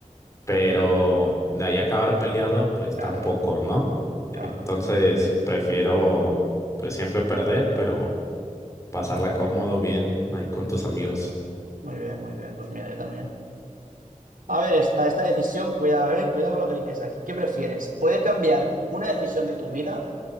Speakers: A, on the left; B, on the right.
A: pero de ahí acabar peleado, pues
B: Claro,
A: tampoco,
B: claro,
A: ¿no?
B: claro.
A: Entonces prefiero pues siempre perder, pero pasarla cómodo, bien ahí con tus amigos.
B: Muy bien, muy bien. Pues mira, yo también. A ver, esta, esta decisión, cuidado, eh. Cuidado con lo que eliges aquí. ¿Qué prefieres? ¿Poder cambiar una decisión de tu vida?